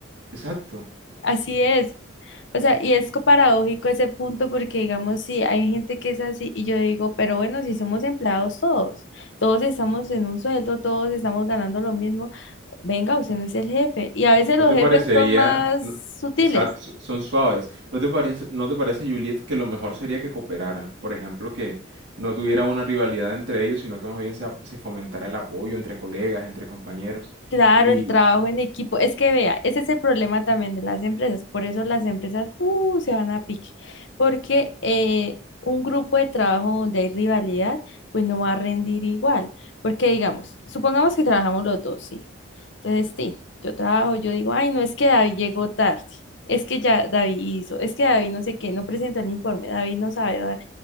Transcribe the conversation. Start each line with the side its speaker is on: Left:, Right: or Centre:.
Right: Exacto.
Left: Así es. O sea, y es co- paradójico ese punto porque, digamos, sí, hay gente que es así y yo digo, pero bueno, si somos empleados todos, todos estamos en un sueldo, todos estamos ganando lo mismo, venga, usted no es el jefe. Y a veces
Right: ¿No
Left: los
Right: te
Left: jefes
Right: parecería,
Left: son más
Right: no-
Left: sutiles.
Right: exacto, so- son suaves, ¿no te parece, no te parece, Juliet, que lo mejor sería que cooperaran? Por ejemplo, que no tuviera una rivalidad entre ellos, sino que más bien se, ap- se fomentara el apoyo entre colegas, entre compañeros.
Left: Claro,
Right: Y
Left: el trabajo en equipo. Es que vea, ese es el problema también de las empresas. Por eso las empresas uh, se van a pique. Porque eh, un grupo de trabajo donde hay rivalidad, pues no va a rendir igual. Porque digamos, supongamos que trabajamos los dos, ¿sí? Entonces, sí, yo trabajo, yo digo, ay, no es que David llegó tarde. Es que ya David hizo, es que David no sé qué, no presentó el informe, David no sabe. da-